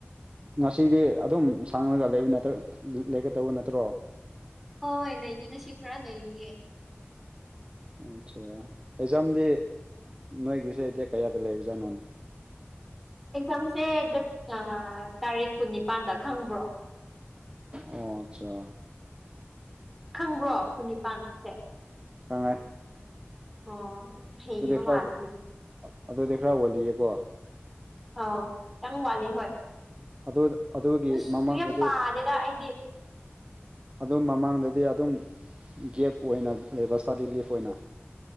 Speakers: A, on the right; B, in the centre.
A: ꯉꯁꯤꯗꯤ ꯑꯗꯨꯝ ꯁꯥꯡꯉꯒ ꯂꯩꯕ ꯅꯠꯇꯔ ꯂꯩꯒꯗꯧꯕ ꯅꯠꯇ꯭ꯔꯣ꯫
B: ꯍꯣꯏ ꯍꯣꯏ ꯂꯩꯅꯤ ꯉꯁꯤ ꯈꯔ ꯂꯩꯅꯤꯌꯦ꯫
A: ꯑꯠꯆꯥꯥ ꯑꯦꯛꯖꯥꯝꯗꯤ ꯅꯣꯏꯒꯤꯁꯦ ꯗꯦꯠ ꯀꯌꯥꯗ ꯂꯩꯕꯖꯥꯠꯅꯣꯅꯦ꯫
B: ꯑꯦꯛꯖꯥꯝꯁꯦ ꯗꯦꯠ ꯇꯥꯔꯤꯛ ꯀꯨꯟꯅꯤꯄꯥꯟꯗ ꯈꯪꯕ꯭ꯔꯣ꯫
A: ꯑꯣ ꯑꯆꯥ꯫
B: ꯈꯪꯕ꯭ꯔꯣ ꯀꯨꯟꯅꯤꯄꯥꯟꯁꯦ꯫
A: ꯈꯪꯉꯦ꯫
B: ꯑꯣ꯫ ꯍꯩꯕ
A: ꯑꯗꯨꯗꯤ ꯈꯔ
B: ꯃꯥꯜꯂꯦ ꯑꯗꯨꯗꯤ
A: ꯑꯗꯨꯗꯤ ꯈꯔ ꯑꯣꯜꯂꯤꯌꯦꯀꯣ꯫
B: ꯑꯥꯎ ꯈꯤꯇꯪ ꯋꯥꯠꯂꯤ ꯍꯣꯏ
A: ꯑꯗꯨ ꯑꯗꯨꯒꯤ
B: ꯑꯁ
A: ꯃꯃꯥꯡꯗꯗꯤ
B: ꯌꯥꯝ ꯄꯥꯗꯦꯗ ꯑꯩꯗꯤ꯫
A: ꯑꯗꯨꯝ ꯃꯃꯥꯡꯗꯗꯤ ꯑꯗꯨꯝ ꯒꯦꯞ ꯑꯣꯏꯅ ꯂꯩꯕ ꯏꯁꯇꯗꯤ ꯂꯤꯐ ꯑꯣꯏꯅ꯫